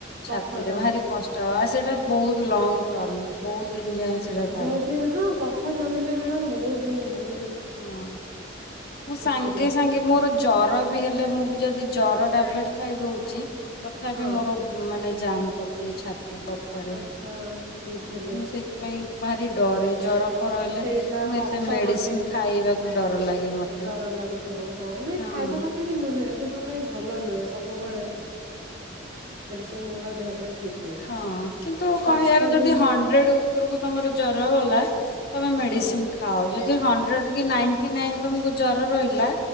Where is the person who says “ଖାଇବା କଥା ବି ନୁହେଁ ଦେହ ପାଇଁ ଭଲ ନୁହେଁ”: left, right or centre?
Right